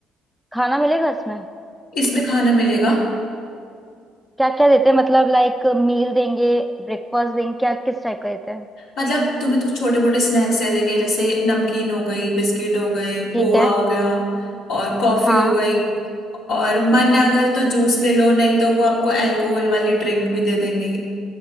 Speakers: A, in the centre; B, on the left.
A: खाना मिलेगा इसमें
B: इसमें खाना मिलेगा
A: क्या क्या देते हैं मतलब लाइक मील देंगे ब्रेकफास्ट देंगे क्या किस टाइप का देते हैं
B: मतलब तुम्हें तो छोटे मोटे स्नैक्स दे देंगे जैसे नमकीन हो गई बिस्किट हो गए
A: ठीक
B: पोहा
A: है
B: हो गया और कॉफी
A: हाँ
B: हो गई और मन है अगर तो जूस ले लो नहीं तो वो आपको अल्कोहल वाली ड्रिंक भी दे देंगे